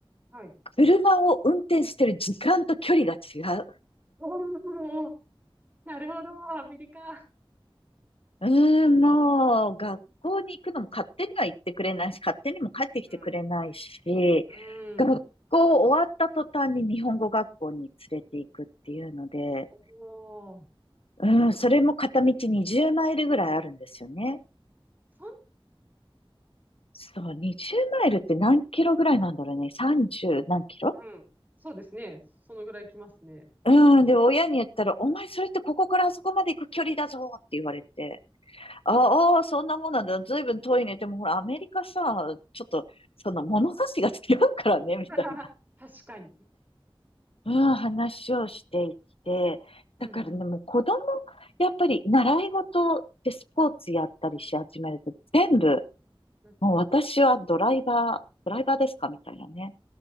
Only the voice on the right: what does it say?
はい。
おー、なるほど、アメリカ。
うん。うん。
おー、
そん、
うん。そうですね。そのぐらい来ますね。
<laughs> 確かに。
うんうん。
うんうん